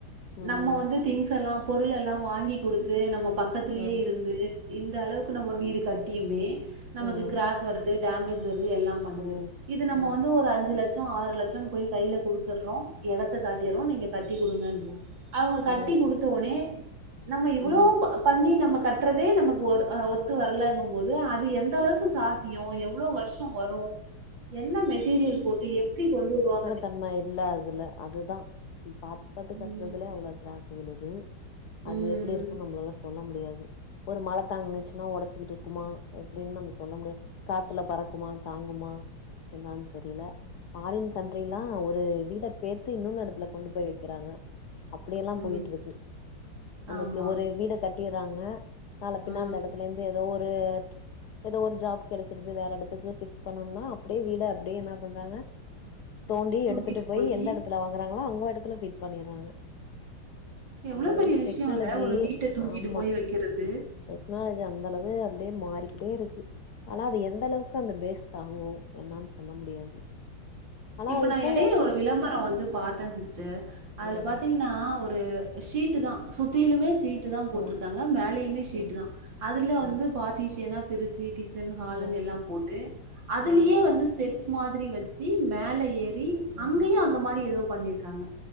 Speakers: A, on the left (about 60°); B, on the right (about 65°).
A: ம்
B: நம்ம வந்து திங்ஸ் எல்லாம் பொருள் எல்லாம் வாங்கி குடுத்து து நம்ம பக்கத்துலேயே
A: ம்
B: இருந்து இந்த அளவுக்கு நம்ம வீடு கட்டியுமே நமக்கு
A: ம்
B: கிராக் வருது டாமேஜ் வருது எல்லாம் பண்ணுது
A: ம்
B: இது நம்ம
A: ம்
B: வந்து ஒரு அஞ்சு லட்ச சோ ஆறு லட்சன் போய் கைல குடுத்தற்றோ எடத்த காட்டியறோ நீங்க கட் ட்டி குடுங்கன்றோ அவங்க
A: ம்
B: கட்டி குடுத்தோனே நம்ம இவ்ளோ
A: ம்
B: ப பண்ணி நம்ம கட்டுறதே நமக்கு ஒரு ஒத்து வரலங்கபோது அது எந்தளவுக்கு சாத்தியோ எவ்ளோ வருஷோ வரு என்ன மெட்டீரியல் போட்டு எப்டி கொண்டு வருவா
A: தன்ம இல்ல அதுல அதுதான் பாத்து பாத்து
B: ம்
A: கட்டுறதுலே அவ்ளோ க்ராக் போய்டுது அது
B: ம்
A: எப்டி இருக்கும்னு நம்மலால்ல சொல்ல முடியாது ஒரு மழ தாங்கினுச்சுன்னா உடைச்சுக்கிட்டு இருக்குமா எப்டின்னு நம்ம சொல்ல முடியாது காற்றுல பறக்குமா தாங்குமா என்னானு தெரில ஃபாரின் கண்ட்ரி எல்லாம் ஒரு வீட பேத்து இன்னொன்னு இடத்துல கொண்டு போய் வைக்கிறாங்க அப்டியெல்லாம் போயிட்டு
B: ம்
A: இருக்கு நமக்கு
B: ஆமா
A: ஒரு வீட கட் கட்டிறாங்க நாள பின்ன
B: ம்.
A: அந்த இடத்துல இருந்து ஏதோ ஒரு <unintelligible> ஏதோ ஒரு ஜாப் கெடச்சிருது வேற இடத்துக்கு சிஃப்ட் பண்ணணுனா அப் அப்டியே வீட அப்டியே என்ன பண்றாங்க தோண்டி
B: தூக்கிட்டு
A: எடுத்துட்டு போய்
B: போயி
A: எந்த எடத்துல வாங்கறாங்களோ அங்க ல பீட் பண்ணிறாங்க
B: எவ்ளோ
A: அந்த அளவுக்கு
B: பெரிய விஷயம்ல,
A: டெக்னாலஜி
B: ஒரு வீட்ட தூக்கிட்டு
A: ஆமா
B: போய் வைக்கிறது.
A: டெக்னாலஜி அந்த அந்த அளவு அப்படியே மாறிக்கிட்டே இருக்கு ஆனா அது எந்த அளவுக்கு அந்த பேஸ் தாங்கும் என்னானு சொல்ல முடியாது ஆனா
B: இப்ப
A: அதுக்கு
B: நான் எடையே ஒரு விளம்பரம் வந்து பாத்தன் சிஸ்டர் அதுல
A: ம்
B: பாத்தீங்கன்னா ஒரு ஒரு ஷீட்டு தான் சுத்தீலுமே சீட் தான் போட்டிருக்காங்க
A: ம்
B: மேலையுமே சீட்டு
A: ம்
B: தான் அதுல
A: ம்
B: வந்து பார்ட்டிஸ்சனா திருச்சி கிச்சன் ஹால்
A: ம்
B: எல்லாம் போட்டு அதுலயே
A: ம்
B: வந்து ஸ்டெப்ஸ் மாதிரி வச்சு மேல ஏரி ரி
A: ம்
B: அங்கேயும் அந்த மாரி ஏதோ பண்ணிருக்காங்க